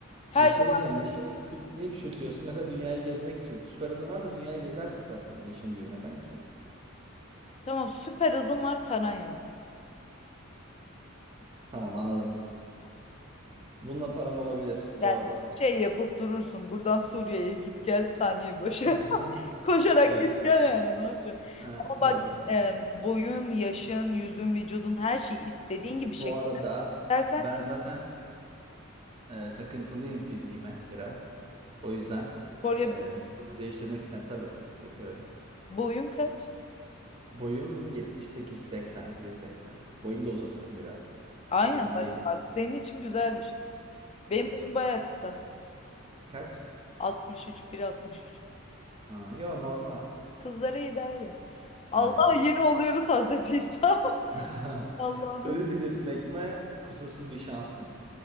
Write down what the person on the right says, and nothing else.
Bir şey
diyeceğim. Yaşını küçül niye küçültüyorsun? Mesela dünyayı gezmek için. Süper hızın varsa dünyayı gezersin zaten yaşın büyümeden ki.
Tamam anladım. Bununla paran olabilir.
Doğru.
<laughs>
Evet,
evet,
doğru.
Bu arada
ben zaten e, takıntılıyım fiziğime biraz. O yüzden
e, vücudumu değiştirmek istem tabii yapıyorum.
Boyum 78-80, 1.80. Boyumu da uzatırım biraz.
Çok uzun
değilim.
Evet.
Kaç?
Aa, yo normal.
Aynen.
<laughs>
Ölü diriltmek mi, kusursuz bir şans mı?